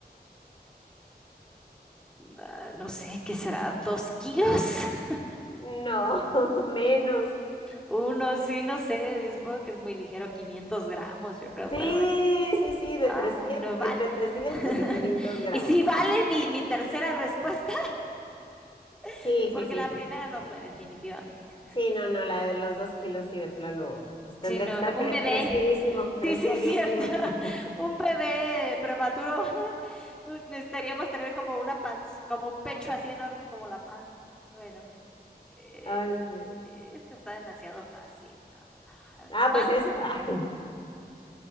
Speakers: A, in the centre; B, on the left.
A: ah, no sé, ¿qué será? ¿Dos kilos? <laughs>
B: No, <laughs> menos.
A: Uno, sí, no sé. Yo supongo que es muy ligero, 500 gramos, yo creo,
B: Sí,
A: pero bueno.
B: sí, sí, de
A: Ah,
B: 300
A: bueno, vale.
B: entre 300
A: <laughs>
B: y 500 gramos.
A: Y sí vale mi, mi tercera respuesta,
B: Sí,
A: <laughs> porque
B: sí, sí,
A: la
B: sí.
A: primera no fue definitivamente,
B: Sí, no, no, la de los dos kilos sí, de plano, pues tendría
A: sino
B: que estar
A: un
B: cre-
A: bebé.
B: crecidísimo,
A: Sí,
B: crecidísimo.
A: sí, es cierto. <laughs>
B: <laughs>
A: Un bebé prematuro. <laughs> Necesitaríamos tener como una panza, como un pecho así enorme como la panza. Bueno. Eh,
B: Ay, no.
A: esta está demasiado fácil. No, no, no. A ver,
B: Ah,
A: ¿cuán-
B: pues ese va. <laughs>